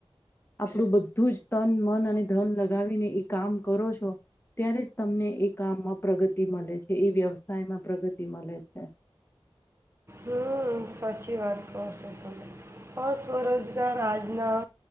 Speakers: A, on the left; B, on the right.
A: આપડું બધું જ તન મન અને ધન લગાવીને એ કામ કરો છો ત્યારે જ તમને એ કામમાં પ્રગતિ મલે છે, એ વ્યવસાયમાં પ્રગતિ મલે છે.
B: હમ સાચી વાત કહો છો ત પણ સ્વરોજગાર આજના